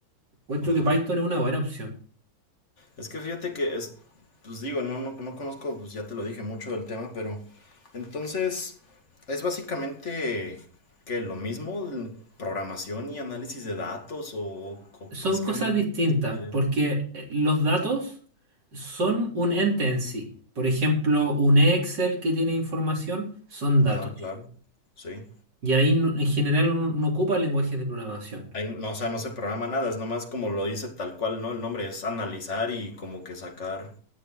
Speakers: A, on the right (about 60°); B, on the left (about 35°).
A: encuentro
B: Ajá.
A: que Python es una buena opción.
B: Es que fíjate que, es, pues digo, no, no, no conozco, pues ya te lo dije mucho del tema, pero entonces es básicamente que lo mismo, el- programación y análisis de datos, o, o-
A: son
B: es
A: cosas
B: que no, no
A: distintas,
B: tengo idea.
A: porque eh, los datos son un ente en sí. Por ejemplo, un Excel que tiene información son
B: Ajá,
A: datos.
B: claro, sí.
A: Y ahí no- en general uno no ocupa lenguajes de programación.
B: Ahí no, o sea, no se programa nada, es nomás como lo dice tal cual, ¿no? El nombre es analizar y como que sacar